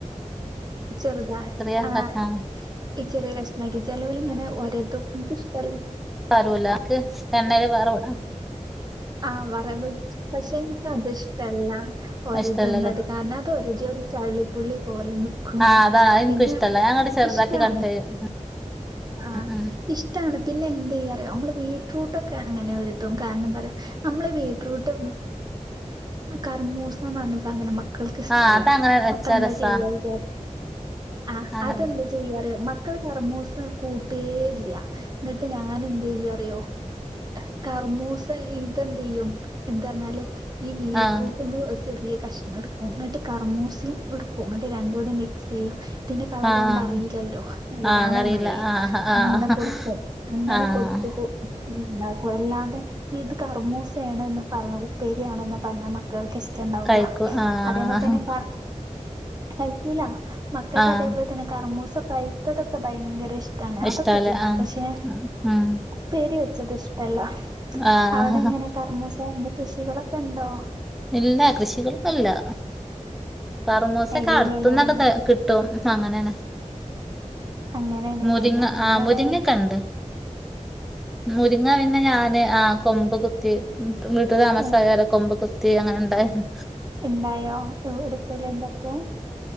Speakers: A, on the right; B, in the centre.
A: ചെറുതാ
B: ചെറിയ
A: ആ
B: ആഹ്
A: ഈ ചെറിയ നക്ക് ചെലവല് ഇങ്ങനെ ഒരതും ഇൻക്ക് ഇഷ്ടല്ല.
B: ക്കാരുല്ല ക്ക് രണ്ടായിരം വേറെ വ
A: ആഹ് വറവ് പക്ഷെ ൻക്ക് അത്ഷ്ടല്ല. ഒരതുന്നത്
B: ഇഷ്ടല്ലല്ലേ
A: കാരണം അതൊരതിയ ചള്ളിപ്പുള്ളി പോലെ നിക്കും.
B: ആഹ് അതാണ് അത് ഇൻക്കും
A: പിന്നെ
B: ഇഷ്ടല്ല ഞാൻ ഇങ്ങട്ട് ചെറുതാക്കി
A: ഇഷ്ടാണ്.
B: കട്ട് ചെയ്യും
A: ആ
B: ഉം ഉം
A: ഇഷ്ടാണ്. പിന്നെ എന്ത് യ്യാ നമ്മള് വീട്ട്റൂട്ടൊക്കെ അങ്ങനെ ഒരതും കാരണം എന്താറയാ നമ്മള് ബീടറൂട്ട് കർമൂസാന്ന് റഞ്ഞ സാധനം മക്കൾക്ക് ഇസ്തല്ല
B: ആഹ് അതങ്ങനെ വെച്ചാ
A: അപ്പൊ എന്താ
B: രസാ
A: ചെയ്യാ വിചാ ആ
B: അങ്ങ
A: അതെന്താ ചെയ്യാ? മക്കള് കറമൂസ കൂട്ടേ ഇല്ല. ന്നിട്ട് ഞാനെതെയ്യും അറിയോ? കർമൂസ ഇതെന്ത് യ്യും ഇത് പറഞ്ഞാല് ഈ വിട്രൂട്ട്
B: ആഹ്
A: മ്മള് ഒരു ചെറിയ കഷ്ണം ട്ക്കും എന്നിട്ട് കർമൂസീം ഇട് ക്കും ന്ന്ട്ട് രണ്ടൂടെ മിക്സ് യ്യും. ത്തിന്റെ കളറ്
B: ആഹ്
A: കൊണ്ട് അറിയില്ലല്ലോ ഏതാണ്ന്ന്ള്ളേ
B: ആഹ് കറിയില്ല ആഹ് ആഹ്
A: അങ്ങനെ കൊടുക്കും. അങ്ങനെ
B: ആഹ്
A: കൊടു ക്കു ഉം. അല്ലാതെ ഇത് കറമൂസയാണ്ന്ന് പറഞ്ഞ ഉപ്പേരിയാണന്ന് പറഞ്ഞാൽ മക്കൾക്ക് ഇഷ് ണ്ടാവൂല
B: കഴിക്കൂ ആഹ്
A: അതേപോലെ തന്നെ പ കയിക്കൂല മക്കൾക്ക്
B: ആഹ്
A: അതേപോലെ തന്നെ കർമൂസ പൈത്തതൊക്കെ ഭയങ്കര ഇഷ് ടാണ് അതൊക്കെ
B: ഇഷ്ടാല്ലേ
A: തിന്നും.
B: ആഹ്
A: പക്ഷെ
B: ഉം
A: ഉപ്പേരി വെച്ചത് ഇഷ്ടല്ല.
B: ആഹ്
A: അവിടെ ഇങ്ങനെ കർമ്മൂസന്റെ കൃ ഷികളൊക്കെ ണ്ടോ?
B: ഇല്ല. കൃഷികളൊന്നും ല്ല. കറമൂസൊക്കെ
A: ഇല്ലല്ലേ
B: അടുത്തന്നൊക്കെ
A: ഞ-
B: ത കിട്ടും അങ്ങനെണ്.
A: അങ്ങനെയണല്ലേ?
B: മുരിങ്ങ
A: ഞങ്ങളിവിടെ
B: ആ മുരിങ്ങൊക്കെ ഉണ്ട് മുരിങ്ങ പിന്നെ ഞാന് ആ കൊമ്പ് കുത്തി, വീട്ടില് താമസായരെ
A: ഏഹ്,
B: കൊമ്പ് കുത്തി അങ്ങനെ ഇണ്ടായിണ്
A: ഇണ്ടായോ എടുത്തെല്ലാ ഉണ്ടാക്കും?